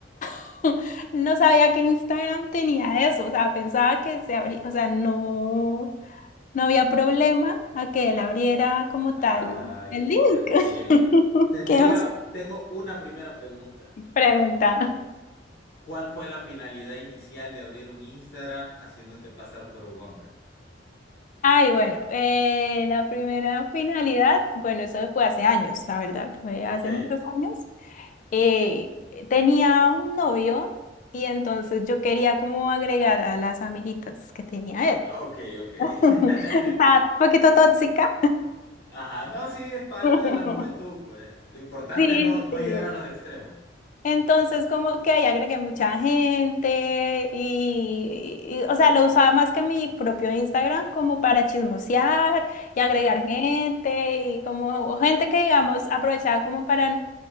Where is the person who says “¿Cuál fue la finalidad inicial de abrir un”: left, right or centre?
Left